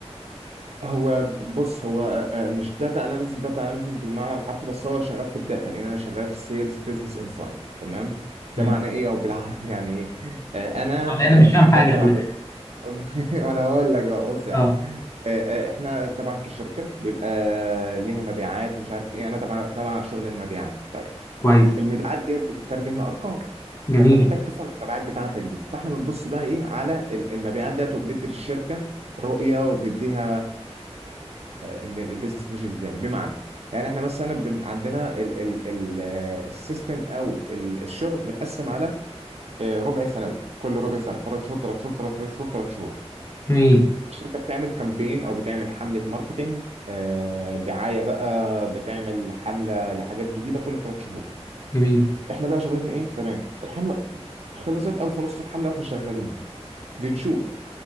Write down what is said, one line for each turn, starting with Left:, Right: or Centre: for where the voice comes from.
Right: هو بص هو آه، آه، مش داتا اناليسيس داتا اناليسيس بالمعنى الحرفي بس هو شغال في الداتا لان انا شغال في سيلز بزنس انسايد تمام ده
Left: مم.
Right: معناه ايه او بالعربي يعني ايه آه، انا
Left: لان انا مش
Right: آه، شغال
Left: فاهم حاجه
Right: تبع
Left: خلي
Right: ب...
Left: بالك
Right: <laughs> وانا هقول لك بقى بص يا
Left: اه
Right: عم آه، آه، احنا طبعا كشركه بيبقى ليها مبيعات ومش عارف ايه انا تبع تبع شغل المبيعات طيب
Left: كويس
Right: المبيعات ديت بتترجم لارقام
Left: جميل
Right: فانت محتاج تفهم المبيعات بتاعتك دي فاحنا بنبص بقى ايه على ال- المبيعات ديت وبندي للشركه رؤيه وبنديها ان البيزنس ماشي ازاي بمعنى يعني احنا مثلا بن عندنا ال ال ال السيستم او ال- الشغل متقسم على آه، ربع سنوي كل ربع سنه ثلاث شهور ثلاث شهور ثلاث شهور ثلاث شهور
Left: جميل
Right: الشركه بتعمل كامبين او بتعمل حمله ماركتينج آه، دعايه بقى بتعمل حمله لحاجات جديده كل ثلاث شهور
Left: جميل
Right: احنا بقى شغلتنا ايه تمام الحمله خلصت او في نص الحمله واحنا شغالين بنشوف